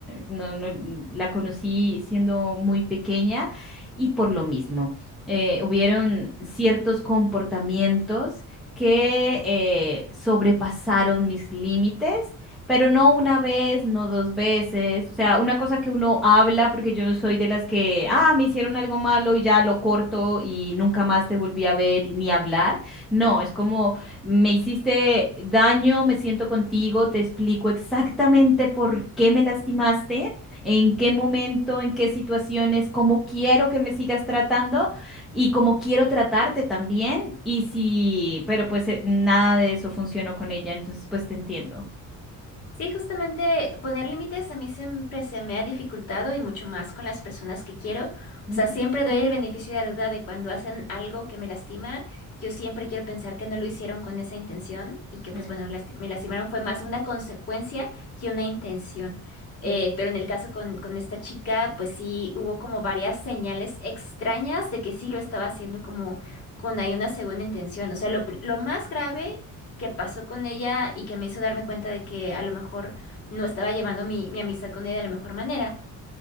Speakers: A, in the centre; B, on the left (about 45°).
A: No, no, la conocí siendo muy pequeña y por lo mismo, eh, hubieron ciertos comportamientos que eh, sobrepasaron mis límites, pero no una vez, no dos veces, o sea, una cosa que uno habla, porque yo no soy de las que, ah, me hicieron algo malo y ya lo corto y nunca más te volví a ver ni hablar. No, es como, me hiciste daño, me siento contigo, te explico exactamente por qué me lastimaste en qué momento, en qué situaciones, cómo quiero que me sigas tratando y cómo quiero tratarte también. Y si, pero pues eh, nada de eso funcionó con ella, entonces pues te entiendo.
B: Sí, justamente poner límites a mí siempre se me ha dificultado y mucho más con las personas que quiero.
A: Ujú,
B: O sea, siempre doy el beneficio de la duda de cuando hacen algo que me lastima. Yo siempre quiero pensar que no lo hicieron con esa intención y que
A: mm,
B: pues bueno, lasti- me lastimaron fue más una consecuencia que una intención. Eh,
A: mm,
B: pero en el caso con, con esta chica, pues sí hubo como varias señales extrañas de que sí lo estaba haciendo como con ahí una segunda intención. O sea, lo, pri- lo más grave que pasó con ella y que me hizo darme cuenta de que a lo mejor no estaba llevando mi, mi amistad con ella de la mejor manera,